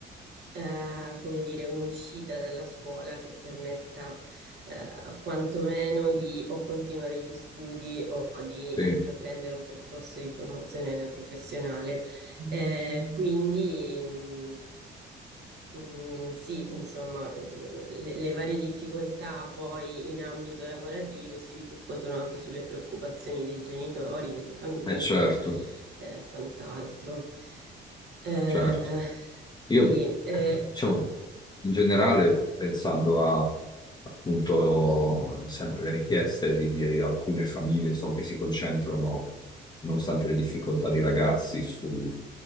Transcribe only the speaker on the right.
eh, come dire, un'uscita dalla scuola che permetta eh, quantomeno di o continuare gli studi o di
intraprendere un percorso di formazione professionale. Eh, quindi mh, mh, sì, insomma, eh, le, le varie difficoltà poi in ambito lavorativo si ripercuotono anche sulle preoccupazioni dei genitori, delle famiglie,
eh, quant'altro. Eh,
sì, eh,